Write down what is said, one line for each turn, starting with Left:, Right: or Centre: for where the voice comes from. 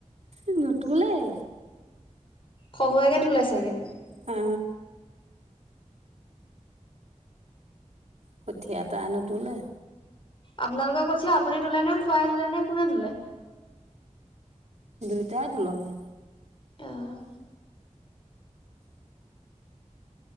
Right: সি নুতোলেই।
Left: শহুৱেকে তোলে চাগে।
Right: অ। কঠীয়া এটা নোতোলে।
Left: আপোনালোক কঠিয়া আপুনি তোলে নে খুৱাই তোলেনে কোনে তোলে?
Right: দুইটায়েত উলমে
Left: আহ